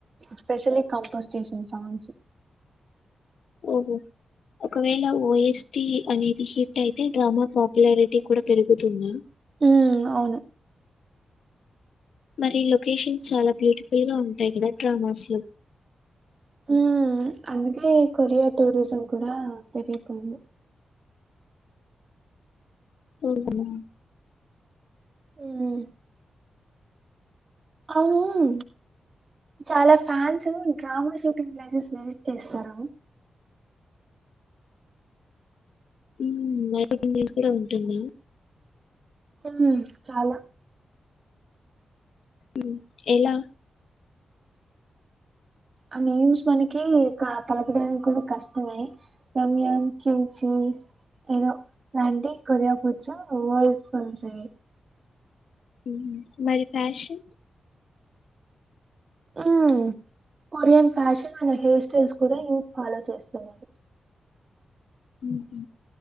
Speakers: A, on the right (about 45°); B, on the left (about 75°).
A: స్పెషల్లీ కంపోజ్ చేసింది సాంగ్స్.
B: ఓహో. ఒకవేళ ఓఎస్టి అనేది హిట్ అయితే డ్రామా పాపులారిటీ కూడా పెరుగుతుంద.
A: ఉమ్ అవును.
B: మరి లొకేషన్స్ చాలా బ్యూటిఫుల్ గా ఉంటాయి గదా డ్రామాస్ లో.
A: ఉమ్ అందుకే కొరియా టూరిజం కూడా పెరిగిపోయింది.
B: ఓహో.
A: ఉమ్. అవునూ. చాలా fans drama shooting places visit చేస్తారు.
B: ఉమ్ మరకటి మిన్స్ కూడా ఉంటుంది.
A: ఉమ్ చాలా.
B: ఉమ్ ఎలా.
A: ఆ నేమ్స్ మనకి కా పలకడానికూడా కష్టమే. రమ్యాం చించి. ఏదో లాంటి కొరియా ఫుడ్స్ వరల్డ్ కస్ అయయి.
B: ఉమ్ మరి ఫ్యాషన్.
A: ఉమ్ కొరియన్ ఫ్యాషన్ అనే హెయిర్ స్టైల్స్ కూడా ఈమె ఫాలో చేస్తున్నారు.
B: ఉహు.